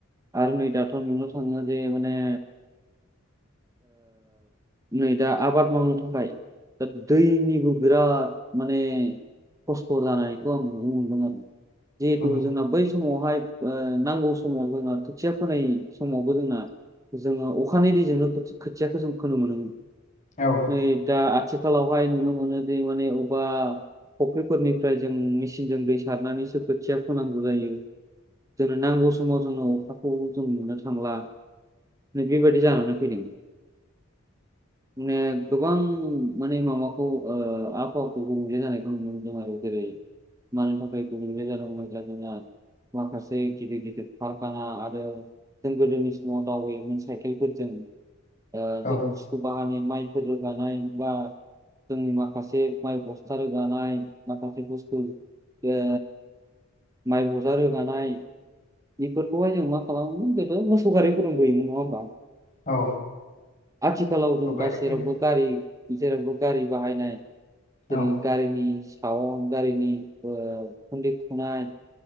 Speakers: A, on the right (about 15°); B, on the left (about 35°).
A: आरो नै दाथ' नुनो थाङो जे माने नै दा आबाद मावनो थाखाय दा दैनिबो बिराद माने खस्थ' जानायखौ आं नुनो मोनदों आरो जिहेथु
B: उम
A: जोंना बै समावहाय ओ नांगौ समावबो जोंना खोथिया फोनाय समावबो जोंना जोङो अखानि दैजोंनो खोथिक् खोथियाखो जों फोनो मोनोमोन
B: औ
A: नै दा आथिखालावहाय नुनो मोनोदि माने अबबा फुख्रिफोरनिफ्राय जों मेचनजों दै सारनानैसो खोथ खोथिया फोनांगौ जायो जोंनो नांगौ समाव जोंङो अखाखौबो जों नुनो थांला नै बेबायादि जानानै फैदों माने गोबां माने माबाखौ आबहावाखौ गुबजे जानायखौ नुनो मोनदों आरो जेरै मानो थाखाय गुबुंले जादोंं मैला जोंना माखासे गिदिर गिदिर कारखाना आरो जों गोदोनि समाव दावबायोमोन साइकेलफोरजों दा
B: औ
A: जों बांङानो माइफोर रोगानाय बा जोंनि माखासे माइ बस्था रोगानाय माखासे बुस्थु ओ माइ बजा रोगानाय निफोरखौहाय जों मा खालामोमोन बेबो मोसौ गारि फोरबो नुयोमोन नङा होमबा
B: औ
A: आथिखालाव
B: मोसौ
A: जों
B: गारिफोरजोंसो
A: गासैरावबो गारि जेरावबो गारि बाहायनाय जेरै
B: औ
A: गारिनि साउन्ड गारिनि ओ खुन्दै खुनाय